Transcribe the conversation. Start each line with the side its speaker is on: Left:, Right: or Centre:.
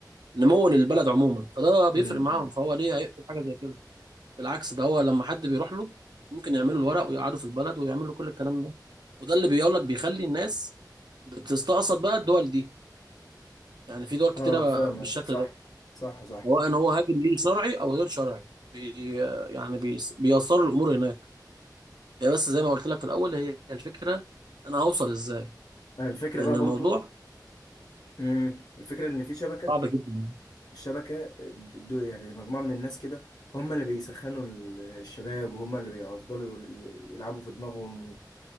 Right: نمو للبلد عموما فده بيفرق
Left: أمم،
Right: معاهم
Left: أمم.
Right: فهو ليه هيقبل حاجه زي كده بالعكس ده هو لما حد بيروح له ممكن يعملوا الورق ويقعدوا في البلد ويعملوا كل الكلام ده وده اللي بيقول لك بيخلي الناس بتستقصد بقى الدول دي يعني في دول كتيره
Left: اه فاهمك
Right: بالشكل
Left: صح
Right: ده
Left: صح صح
Right: سواء ان هو هاجم ليه شرعي او غير شرعي بي يعني بي بيسروا الامور هناك هي بس زي ما قلت لك في الاول هي الفكره انا هوصل ازاي
Left: يعني الفكرة
Right: لان
Left: بقى
Right: الموضوع
Left: برضو أمم، الفكرة إن في شبكة
Right: صعب جدا
Left: الشبكة آه، دو يعني مجموعة من الناس كده هم اللي بيسخنوا ال- الشباب وهم اللي بيفضلوا يلعبوا في دماغهم